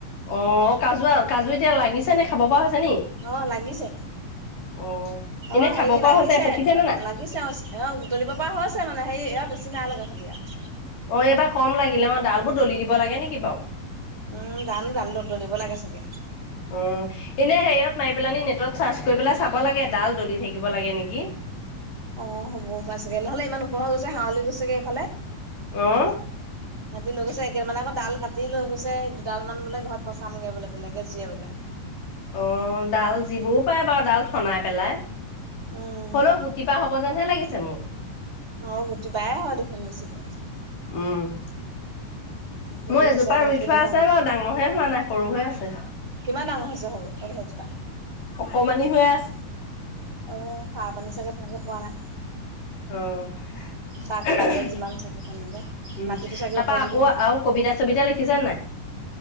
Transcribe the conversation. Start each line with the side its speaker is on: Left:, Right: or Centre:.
Left: অ কাজু কাজু এতিয়া লাগিছে নে খাব পৰা হৈছে নি
Right: অ', লাগিছে
Left: অ এনে
Right: অ হেৰি
Left: খাব পৰা
Right: লাগিছে
Left: হৈছে পকিছে নে নাই
Right: লাগিছে অ এ বুটলিব পৰা হৈছে মানে হেৰি এ বেছি নাই লগা। <unintelligible>
Left: অ এইবাৰ কম লাগিলে অ ডাল বোৰ দলি দিব লাগে নেকি বাৰু
Right: উম গানো ডাল ডলিব লাগে চাগে।
Left: অ এনে হেৰিয়ত মাৰি পেল নি নেটত চাৰ্চ কৰি পেলাই চাব লাগে ডাল দলি থাকিব লাগে নেকি।
Right: অ হ'বও পাইছাগে নহলে ইমান ওখৰ হৈ গৈছে হাৱলি গৈছেগে এইফালে।
Left: অহ
Right: সাত দিন লৈ গৈছে একেলানে আকৌ ডাল কাটি লৈ গৈছে দুডাল মান বোলে ঘৰত পচামগে বোলে তেনেকে যিয়ে বোলে।
Left: অ ডাল যিবও পাৰে বাৰু ডাল ঠনাই পেলাই,
Right: উম
Left: হলেও গুটি পা হ <unintelligible> লাগিছে মোক।
Right: অ গুটি বায়ে হয় দেখন বেছি কে।
Left: উম
Right: পুলি
Left: মোৰ এজোপা
Right: হৈছে একদম
Left: ৰুই
Right: পুলি
Left: থোৱা আছে
Right: হ,
Left: বাৰু ডাঙৰহে হোৱা নাই সৰু হৈ আছে
Right: কিমান ডাঙৰ হৈছে সৰুল স
Left: অকমানি হৈয়ে আছে।
Right: আহ সাৰ পানী চাগে তেনেকে পোৱা নাই।
Left: আহঁ
Right: তাক
Left: উম
Right: লাগে যিমান চাগে তেনেকে মাটিতো
Left: তাৰাপা
Right: চাগে উপযোগী
Left: আকৌ
Right: নহয়।
Left: আৰু কবিতা চবিতা লিখিছে নাই।